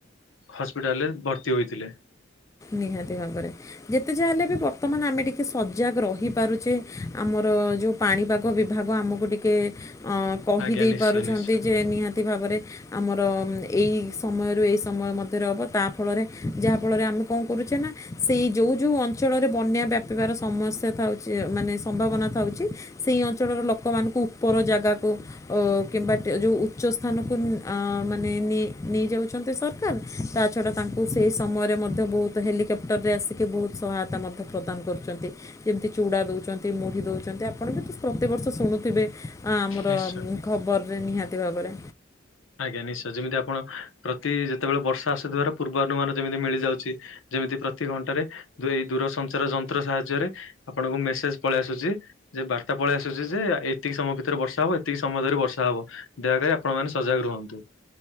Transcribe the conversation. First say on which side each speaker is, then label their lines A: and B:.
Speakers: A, on the left; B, on the left.
A: ହସ୍ପିଟାଲରେ ଭର୍ତ୍ତି ହୋଇଥିଲେ।
B: ନିହାତି ଭାବରେ। ଯେତେ ଯା ହେଲେ ବି ବର୍ତ୍ତମାନ ଆମେ ଟିକେ ସଜାଗ ରହିପାରୁଛେ ଆମର ଯଉ ପାଣିପାଗ ବିଭାଗ ଆମକୁ ଟିକଏ କହିଦେଇ
A: ଆଜ୍ଞା ନିଶ୍ଚୟ
B: ପାରୁଛନ୍ତି
A: ନିଶ୍ଚୟ
B: ଯେ ନିହାତି ଅ ଭାବରେ ଆମର ଏଇ ସମୟରୁ ଏଇ ସମୟ ମଧ୍ୟରେ ହବ। ତା ଫଳରେ ଯାହାଫଳରେ ଆମେ କଣ କରୁଛେ ନା ସେଇ ଯେଉଁ ଯେଉଁ ଅଞ୍ଚଳରେ ବନ୍ୟା ବ୍ୟାପିବାର ସମସ୍ୟା ଥାଉଛି ମାନେ ସମ୍ଭାବନା ଥାଉଛି ସେହି ଅଞ୍ଚଳର ଲୋକମାନଙ୍କୁ ଉପର ଜାଗାକୁ ଅ କିମ୍ବା <unintelligible> ଯୋଉ ଉଚ୍ଚ ସ୍ଥାନକୁ ଅ ମାନେ ନେଇ ନେଇ ଯାଉଛନ୍ତି ସାର୍। ଦର ତା ଛଡ଼ା ତାଙ୍କୁ ସେହି ସମୟରେ ମଧ୍ୟ ମଧ୍ୟ ବହୁତ ହେଲିକପ୍ଟରରେ ଆସିକି ବହୁତ ସହାୟତା ମଧ୍ୟ ପ୍ରଦାନ କରୁଛନ୍ତି। ଯେମିତି ଚୁଡା ଦଉଛନ୍ତି ମୁଢି ଦଉଛନ୍ତି ଆପଣ ବି ପ୍ରତିବର୍ଷ ଶୁଣୁଥିବେ। ଆ ଆମର
A: ନିଶ୍ଚୟ।
B: ଖବରରେ ନିହାତି ଭାବରେ
A: ଆଜ୍ଞା ନିଶ୍ଚୟ ଯେମିତି ଆପଣ ପ୍ରତି ଯେତେବେଳେ ବର୍ଷା ଆସୁଥିବାର ପୂର୍ବାନୁମାନ ଯେମିତି ମିଳିଯାଉଛି। ଯେମିତି ପ୍ରତି ଘଣ୍ଟାରେ ଦୂରେଏଇ ଦୂର ସଞ୍ଚାର ଯନ୍ତ୍ର ସାହାଯ୍ୟରେ ଆପଣଙ୍କୁ ମେସେଜ ପଳେଇ ଆସୁଛି। ଯେ ବାର୍ତ୍ତା ପଳେଇ ଆସୁଚି ଯେ ଏତିକି ସମୟ ଭିତରେ ବର୍ଷା ହବ ଏତିକି ସମୟ ଧରି ବର୍ଷା ହବ ଦୟାକରି ଆପଣ ମାନେ ସଜାଗ ରୁହନ୍ତୁ